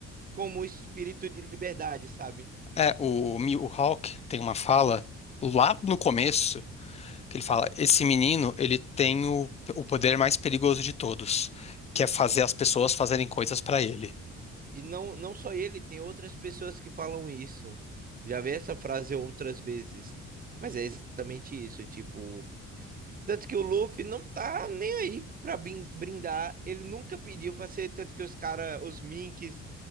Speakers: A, on the right (about 30°); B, on the left (about 20°).
A: como espírito de liberdade, sabe?
B: É, o Mihawk tem uma fala lá no começo. que ele fala, esse menino, ele tem o, o poder mais perigoso de todos, que é fazer as pessoas fazerem coisas pra ele.
A: E não, não só ele, tem outras pessoas que falam isso. Já vi essa frase outras vezes. Mas é exatamente isso, tipo, Tanto que o Luffy não tá nem aí pra bin- brindar. Ele nunca pediu pra ser. Tanto que os caras, os Minks,